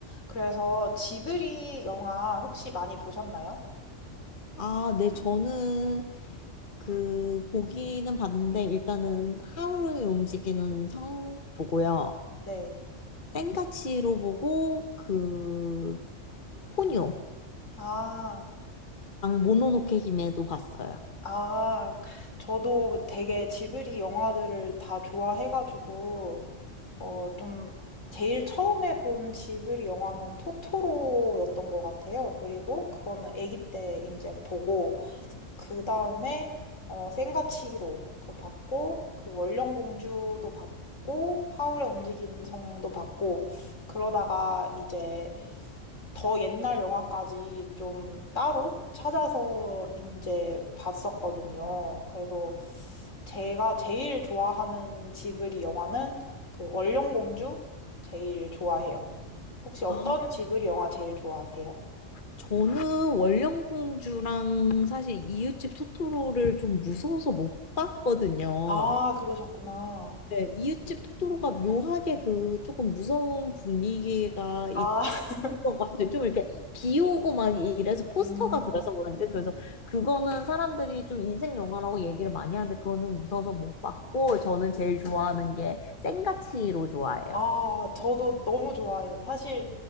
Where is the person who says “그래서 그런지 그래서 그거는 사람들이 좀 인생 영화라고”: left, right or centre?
Left